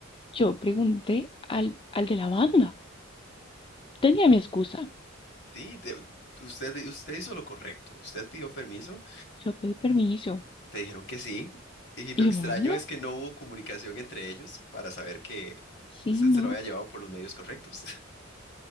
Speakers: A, on the left; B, on the left.
A: yo pregunté al, al de la banda. Tenía mi excusa.
B: Sí, Sí, te- usted, usted hizo lo correcto. Usted pidió permiso,
A: Yo pedí permiso.
B: te dijeron que sí. Y lo
A: ¿Y
B: extraño
A: yo me lo llevé?
B: es que no hubo comunicación entre ellos para saber que
A: Sí,
B: usted
A: no.
B: se lo había llevado por los medios correctos.